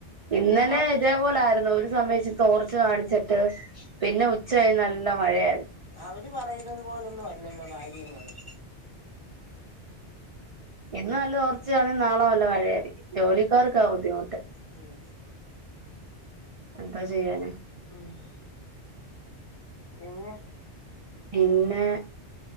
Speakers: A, on the right (about 40°); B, on the left (about 20°).
A: ഇന്നലെ
B: ചുമ്മാ
A: ഇതേപോലെ ആയി ഒരു സമയ ച്ചി തോർച്ച കാണിച്ചിട്ട് പിന്നെ ഉച്ച കഴി നല്ല മഴയായിരുന്നു
B: അവര് പറയുന്നത് പോലൊന്നും അല്ലല്ലോ കാര്യ ങ്ങള്
A: ഇന്ന് നല്ലതോർച്ചയാണെങ്കിൽ നാളെ നല്ല മഴയായിരിക്കും ജോലിക്കാർക്കാ ബുദ്ധിമുട്ട്
B: ഉം
A: എന്താ ചെയ്യാനാ?
B: ഉം പിന്നെ
A: പിന്നെ